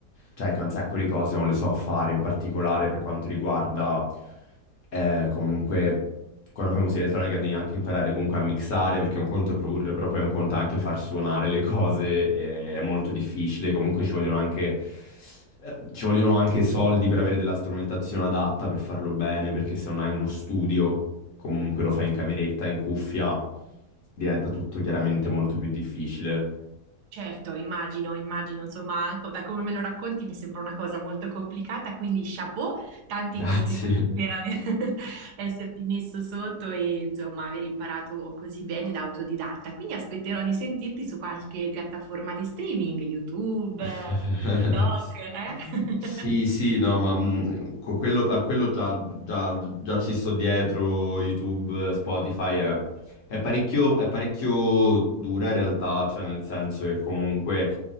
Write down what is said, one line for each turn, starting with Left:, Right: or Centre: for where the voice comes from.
Left: Cioè che un sacco di cose non le so fare, in particolare per quanto riguarda eh, comunque quando fai musica elettronica devi anche imparare comunque a mixare, perché un conto è produrre, però poi un conto è anche far suonare le cose, e è molto difficile, comunque ci vogliono anche... eh, Ci vogliono anche soldi per avere della strumentazione adatta per farlo bene, perché se non hai uno studio comunque lo fai in cameretta, in cuffia, diventa tutto chiaramente molto più difficile.
Right: Certo, immagino, immagino, insomma, co- da come me lo racconti mi sembra una cosa molto complicata, quindi chapeau, tanti
Left: Grazie.
Right: complimenti per aver, <laughs> esserti messo sotto e insomma aver imparato così bene da autodidatta. Quindi aspetterò di sentirti su qualche piattaforma di streaming, YouTube,
Left: <laughs>
Right: TikTok, eh?
Left: Sì,
Right: <laughs>
Left: sì, no, ma mh, co- quello- a quello già, già- già ci sto dietro, YouTube, Spotify, è, è parecchio, è parecchio dura in realtà, cioè nel senso che comunque